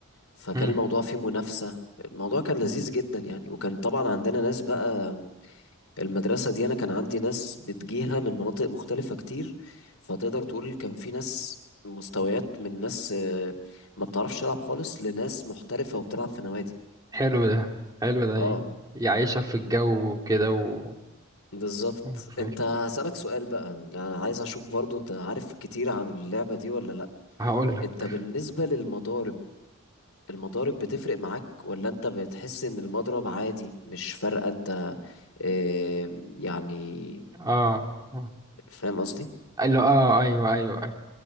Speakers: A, on the left; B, on the right.
A: فكان
B: مم.
A: الموضوع فيه منافسة الموضوع كان لذيذ جدا يعني وكان طبعا عندنا ناس بقى المدرسة دي أنا كان عندي ناس بتجيها من مناطق مختلفة كتير فتقدر تقول كان في ناس مستويات من ناس آه، ما بتعرفش تلعب خالص لناس محترفة وبتلعب في نوادي
B: حلو ده حلو ده
A: اه
B: ي- يعيشها في الجو وكده و
A: بالظبط
B: مم، خليك
A: انت هسألك سؤال بقى انا عايز اشوف برضو انت عارف كتير عن اللعبة دي ولا لا
B: هقول لك
A: انت بالنسبة للمضارب المضارب بتفرق معاك ولا انت بتحس ان المضرب عادي مش فارقة انت اه يعني
B: اه آه.
A: فاهم قصدي
B: قال له اه ايوه ايوه ايوه